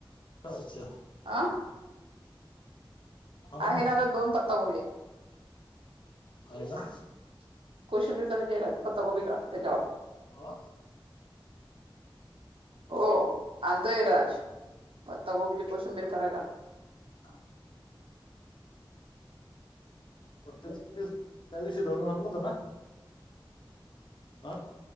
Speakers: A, on the left; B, on the right.
A: अच्छा
B: अं,
A: हा
B: आहे
A: मग
B: ना आग दोन पत्ताकोबी हाय.
A: आहे का
B: <unintelligible> कोशिंबीर करायची आणि पत्ताकोबी काटते जाऊ <inaudible>
A: हा
B: हो आणतोय राज पत्ताकोबीची कोशिंबीर करायला.
A: <inaudible> त्या त्याविवषी धरून आणल होत ना. हा